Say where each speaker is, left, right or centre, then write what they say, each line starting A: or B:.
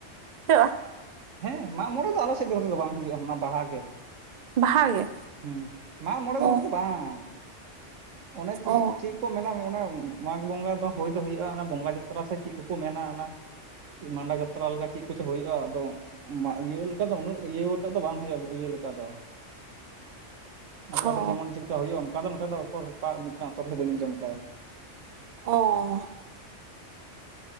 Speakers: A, on the right; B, on the right.
A: ᱦ
B: ᱦᱮᱸ ᱢᱟᱜ ᱢᱚᱬᱮ ᱫᱚ ᱟᱞᱮ ᱥᱮᱫ ᱫᱚ ᱱᱚᱛᱮ ᱫᱚ ᱵᱟᱝ ᱦᱩᱭᱩᱜᱼᱟ ᱵᱟᱦᱟ ᱜᱮ
A: ᱵᱟᱦᱟ ᱜᱮ
B: ᱦᱩ ᱢᱟᱜ ᱢᱚᱬᱮ ᱜᱟᱱ
A: ᱚ
B: ᱛ ᱵᱟᱝ ᱚᱱᱮ ᱪᱮᱫ ᱪᱮᱫ
A: ᱚ
B: ᱪᱮᱫ ᱠᱚ ᱢᱮᱱᱟ ᱚᱱᱟ ᱢᱟᱜᱽ ᱵᱚᱸᱜᱟ ᱫᱚ ᱦᱩᱭ ᱫᱚ ᱦᱩᱭᱩᱜᱼᱟ ᱵᱚᱸᱜᱟ ᱡᱟᱛᱨᱟ ᱥᱮ ᱪᱮᱫ ᱠᱚᱠᱚ ᱢᱮᱱᱟ ᱚᱱᱟ ᱢ ᱟᱸᱰᱟ ᱡᱟᱛᱨᱟ ᱞᱮᱠᱟ ᱪᱮᱫ ᱠᱚᱪᱚ ᱦᱩᱭᱩᱜᱼᱟ ᱟᱫᱚ ᱤᱭᱟᱹ ᱞᱮᱠᱟ ᱫᱚ ᱩᱱᱟᱹᱜ ᱤᱭᱟᱹᱛᱮᱫ ᱫᱚ ᱵᱟᱝ ᱦᱩᱭᱩᱜᱼᱟ ᱤᱭᱟᱹ ᱞᱮᱠᱟ ᱫᱚ ᱟᱯᱮ
A: ᱚ
B: ᱥᱮᱫ ᱡᱮᱢᱚᱱ ᱪᱮᱫ ᱞᱮᱠᱟᱠᱟ ᱦᱩᱭᱩᱜᱼᱟ ᱚᱱᱠᱟ ᱫᱚ ᱱᱚᱛᱮ ᱫᱚ ᱚᱠᱚᱨᱠᱟ ᱢᱤᱫᱴᱟᱝ ᱛᱚᱨ ᱦᱚᱸ ᱵᱟᱹᱧ ᱟᱸᱡᱚᱢ ᱟᱠᱟᱫᱟ
A: ᱚ